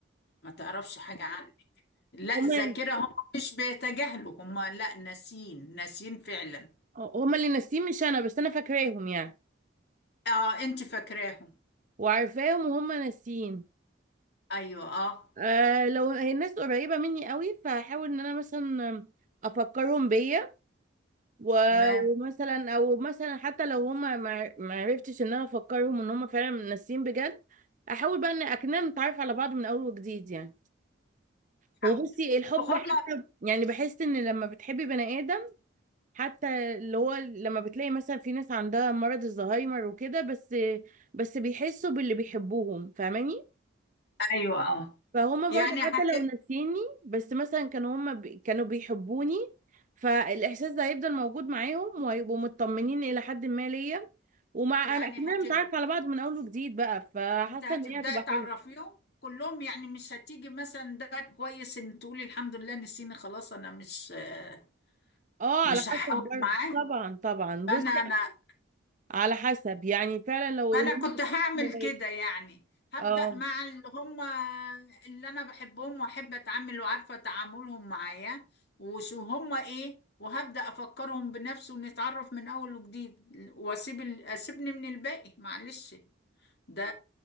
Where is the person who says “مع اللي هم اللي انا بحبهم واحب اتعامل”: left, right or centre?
Left